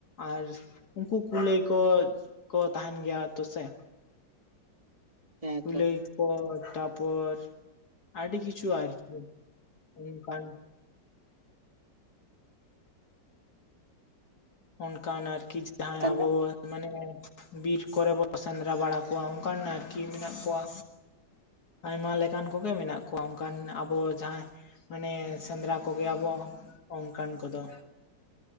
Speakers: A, on the left; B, on the right.
A: ᱟᱨ ᱩᱱᱠᱩ ᱠᱩᱞᱟᱹᱭ ᱠᱚᱼᱠᱚ ᱛᱟᱦᱮᱸᱱ ᱜᱮᱭᱟ ᱛᱚ ᱥᱮ
B: ᱦᱮᱸ
A: ᱠᱩᱞᱟᱹᱭ
B: ᱛᱚ
A: ᱠᱚ ᱛᱟᱯᱚᱨ ᱟᱹᱰᱤ ᱠᱤᱪᱷᱩ ᱟᱨᱠᱤ ᱚᱱᱠᱟᱱ ᱚᱱᱠᱟᱱ ᱟᱨᱠᱤ ᱡᱟᱦᱟᱸᱭ
B: ᱛᱟᱦᱞᱮ
A: ᱟᱵᱚᱼᱼ ᱢᱟᱱᱮ ᱵᱤᱨ ᱠᱚᱨᱮ ᱵᱚᱱ ᱥᱮᱸᱫᱽᱨᱟ ᱵᱟᱲᱟ ᱠᱚᱣᱟ ᱚᱱᱠᱟᱱ ᱟᱨᱠᱤ ᱢᱮᱱᱟᱜ ᱠᱚᱣᱟ᱾ ᱟᱭᱢᱟ ᱞᱮᱠᱟᱱ ᱠᱚᱜᱮ ᱢᱮᱱᱟᱜ ᱠᱚᱣᱟ ᱚᱱᱠᱟᱱ ᱟᱵᱚ ᱡᱟᱦᱟᱸᱭ ᱢᱟᱱᱮ ᱥᱮᱸᱫᱽᱨᱟ ᱠᱚᱜᱮᱭᱟᱵᱚ ᱚᱱᱠᱟᱱ ᱠᱚᱫᱚ᱾